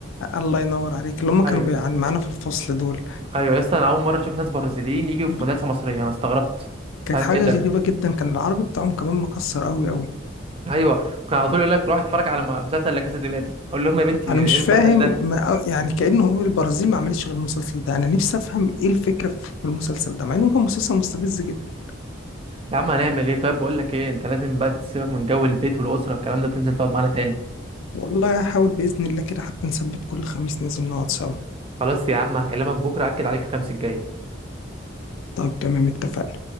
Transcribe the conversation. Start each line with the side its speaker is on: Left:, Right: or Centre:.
Left: الله ينور عليك اللي هم كانوا
Right: ايوه
Left: بيع- معانا في الفصل دول
Right: ايوه يا اسطى انا اول مره اشوف ناس برازيليين يجوا
Left: البنت
Right: في مدرسه مصريه انا استغربت
Left: كانت
Right: مش عارف
Left: حاجة
Right: ايه ده
Left: غريبة جدا كان العربي بتاعهم كمان مكسر قوي قوي
Right: ايوه كان على طول يقول لك روح اتفرج على مسلسل لا كاسا دي بابل اقول لهم يا بنتي ايه
Left: انا مش
Right: المسلسل
Left: فاهم
Right: ده
Left: ما يعني كانه هو البرازيل ما عملتش غير المسلسل ده انا نفسي افهم ايه الفكره في المسلسل ده مع انه كان مسلسل مستفز جدا
Right: يا عم هنعمل ايه طيب بقول لك ايه انت لازم بقى تسيبك من جو البيت والاسره والكلام ده تنزل تقعد معانا تاني
Left: والله هحاول باذن الله كده حتى نثبت كل خميس ننزل نقعد سوا
Right: خلاص يا عم هكلمك بكره اكد عليك الخميس الجاي
Left: طيب تمام اتفقنا